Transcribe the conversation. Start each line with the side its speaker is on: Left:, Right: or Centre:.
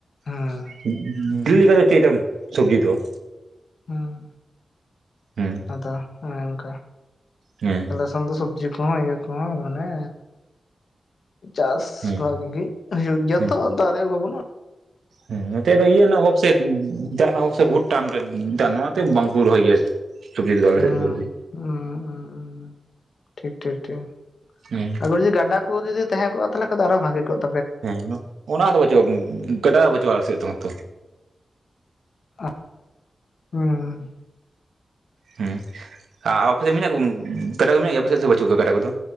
Left: ᱦᱩᱸ
Right: <unintelligible> ᱥᱚᱵᱡᱤ ᱫᱚ
Left: ᱦᱮᱸ
Right: ᱦᱮᱸ
Left: ᱟᱫᱚ ᱚᱱᱮ ᱚᱱᱠᱟ ᱾
Right: ᱦᱮᱸ
Left: ᱞᱮᱥᱚᱱ ᱫᱚ ᱥᱚᱵᱽᱡᱤ ᱠᱚᱦᱚᱸ ᱤᱭᱟᱹ ᱠᱚᱦᱚᱸ ᱢᱟᱱᱮ ᱪᱟᱥ
Right: ᱦᱮᱸ
Left: ᱵᱷᱟᱜᱤ ᱜᱤ ᱦᱟᱲᱤᱭᱟᱹᱨ ᱜᱤᱭᱟ
Right: ᱦᱮᱸ
Left: ᱛᱚ ᱛᱟᱨᱮ <unintelligible>
Right: ᱦᱮᱸ ᱱᱚᱛᱮ ᱫᱚ ᱤᱭᱟᱹ ᱱᱟ <unintelligible> ᱫᱟᱜ ᱨᱮᱱᱟ ᱚᱵᱚᱥᱥᱚ ᱵᱚᱦᱩᱛ ᱴᱟᱱ ᱨᱮ ᱫᱟᱜ ᱨᱮᱱᱟᱜ ᱚᱱᱟᱛᱮ ᱵᱟᱝᱠᱚ ᱨᱚᱦᱚᱭ ᱜᱮᱭᱟ ᱥᱚᱵᱽᱡᱤ ᱠᱚᱫᱚ ᱟᱞᱮ
Left: ᱦᱮᱸ
Right: ᱥᱮᱫ ᱫᱚ
Left: ᱦᱩᱸ ᱦᱩᱸ ᱴᱷᱤᱠ ᱴᱷᱤᱠ ᱴᱷᱤᱠ
Right: ᱦᱮᱸ
Left: <unintelligible> ᱜᱟᱰᱟ ᱠᱩ ᱡᱩᱫᱤ ᱛᱟᱦᱮ ᱠᱚᱜ-ᱟ ᱛᱟᱞᱦᱮ ᱠᱷᱟᱡ ᱟᱨᱚ ᱵᱷᱟᱹᱜᱤ ᱠᱚᱜ ᱾
Right: ᱦᱮᱸ ᱚᱱᱟ ᱫᱚ ᱵᱟᱪᱩᱜᱼᱟ ᱜᱟᱰᱟ ᱵᱟᱪᱩᱜᱼᱟ ᱟᱞᱮ ᱥᱮᱫ ᱫᱚ ᱛᱚ
Left: ᱟᱦ ᱦᱩᱸᱻ ᱾
Right: ᱦᱩᱸ ᱟᱨ ᱟᱯᱮ ᱥᱮᱫ ᱢᱮᱱᱟᱜ ᱠᱚ ᱜᱟᱰᱟ ᱠᱚ ᱢᱮᱱᱟᱜ ᱜᱮᱭᱟ ᱟᱯᱮ ᱫᱚ ᱵᱟᱹᱪᱩᱜ ᱠᱚᱣᱟ ᱜᱟᱰᱟ ᱠᱚᱫᱚ?